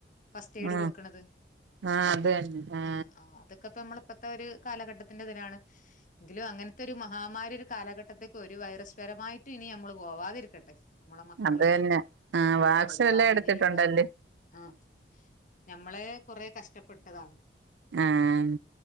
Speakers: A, on the left (about 45°); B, on the right (about 80°).
A: ഫസ്റ്റ് എയ്ഡ്
B: ആ
A: കൊടുക്ക്ണത്
B: ആ അത് തന്നെ ആ
A: ആഹ് അതൊ ക്കത്തെ മ്മള് ഇപ്പത്തെ ഒരു കാലഘട്ടത്തിന്റെതിലാണ് എങ്കിലും അങ്ങൻത്തെ ഒരു മഹാമാരി ഒരു കാലഘട്ടത്തേക്ക് ഒരു വൈറസ് പരമായിട്ടും ഇനി നമ്മള് പോവാതിരിക്കട്ടെ നമ്മളെ മക്കളും
B: അത് തന്നെ ആ
A: ആഹ്
B: വാക്സിനെല്ലാം
A: ഒരു ഭാവി
B: എടുത്തിട്ടുണ്ടല്ലേ
A: ജീവിതം ആഹ് ഞമ്മളേ കൊറെ കഷ്ടപ്പെട്ടതാണ്
B: ആഹ്